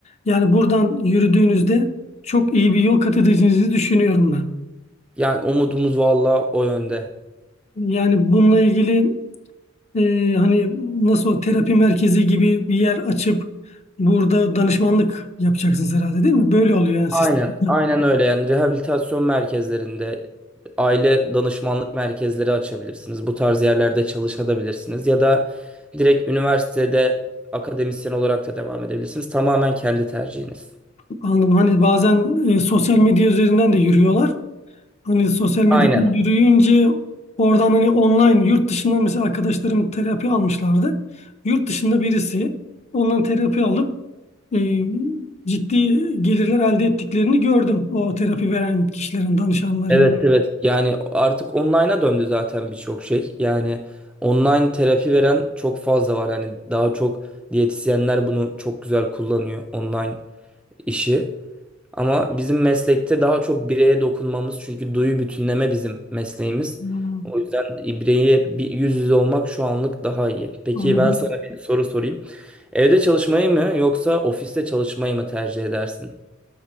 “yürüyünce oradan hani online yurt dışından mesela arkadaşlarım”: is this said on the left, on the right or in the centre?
Left